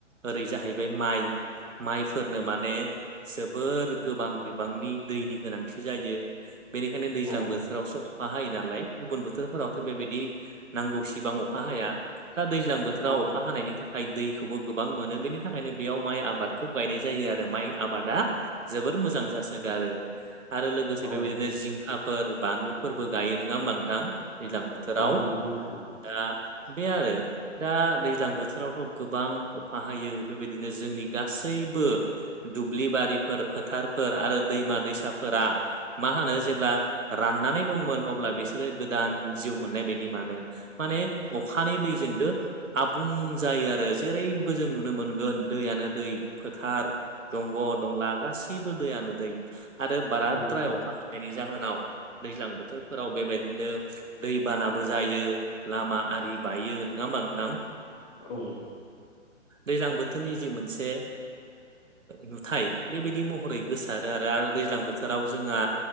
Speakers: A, on the right (about 80°); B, on the left (about 25°).
A: ओरै जाहैबाय माइ माइफोरनो माने जोबोर गोबां बिबांनि दैनि गोनांथि जायो बेनिखायनो दैज्लां
B: औ
A: बोथोरावसो अखा हायो नालाय गुबुन बोथोरफोरावथ' बेबायदि नांगौसिबां अखा हाया दा दैज्लां बोथोराव
B: औ
A: अखा हानायनि थाखाय दैखौबो गोबां मोनो बेनि थाखायनो बेयाव माइ आबाद खौ गायनाय जायो आरो माइ आबादा जोबोर मोजां जासोगारो आरो लोगोसे
B: औ
A: बेदिनो जिंखाफोर बानलुफोरबो गायो नोङा होमबा नोंथां दै्लां बोथोराव
B: औ नंगौ नोंथां
A: दा बे आरो दा दैज्लां बोथोरावथ' गोबां अखा हायो बेबायदिनो जोंनि गासैबो दुब्लि बारिफोर फोथारफोर आरो दैमा दैसाफोरा मा होनो जेब्ला राननानै दंमोन अब्ला बिसोरो गोदान जिउ मोननाय बायदि मानो माने अखानि दैजोंद आबुं जायो आरो जेरैबो जों नुनो मोनगोन दैयानो दै फोथार दंग' दंला गासैबो दैयानो दै आरो बाराद्राय
B: औ
A: अखा हानायनि जाहोनाव दैज्लां बोथोरफोराव बेबायदिनो दैबानाबो जायो लामा आरि बायो नङा होमबा नोंथां
B: औ
A: दैलां बोथोरनि जि मोनसे नुथाय बेबायदि महरै गोसारो आरो आरो दैज्लां बोथोराव जोंहा